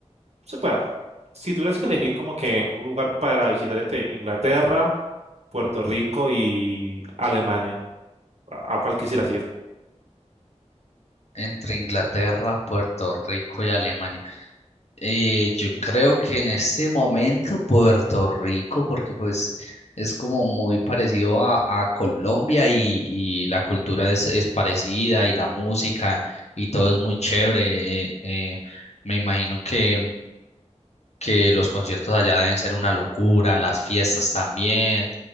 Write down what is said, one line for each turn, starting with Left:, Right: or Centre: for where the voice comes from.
Right: sepa, si tuvieras que elegir como que un lugar para visitar entre Inglaterra, Puerto Rico y Alemania, ¿a a cuál quisieras ir?
Left: Entre Inglaterra, Puerto Rico y Alemania. Eh, yo creo que en este momento Puerto Rico, porque pues es como muy parecido a, a Colombia y, y la cultura es, es parecida y la música y todo es muy chévere. eh, eh, me imagino que, que los conciertos allá deben ser una locura, las fiestas también,